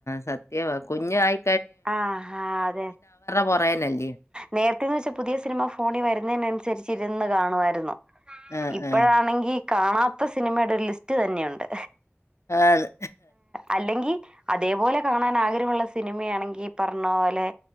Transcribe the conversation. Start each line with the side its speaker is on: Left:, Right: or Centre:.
Left: സത്യമാ കുഞ്ഞ് ആയി
Right: ആഹ അതെ
Left: പുറകേനല്ലേ.
Right: നേരത്തെന്ന് വെച്ചാ പുതിയ സിനിമ ഫോൺ വരുന്നതിനനുസരിച്ച് ഇരുന്ന് കാണുമായിരുന്നു
Left: ആഹ്
Right: ഇപ്പഴാണെങ്കി
Left: ആഹ്
Right: കാണാത്ത സിനിമയുടെ ഒരു ലിസ്റ്റ് തന്നെയുണ്ട്
Left: ആണ്.
Right: അല്ലെങ്കിൽ അതേപോലെ കാണാൻ ആഗ്രഹ സിനിമയാണെങ്കിൽ പറഞ്ഞ പോലെ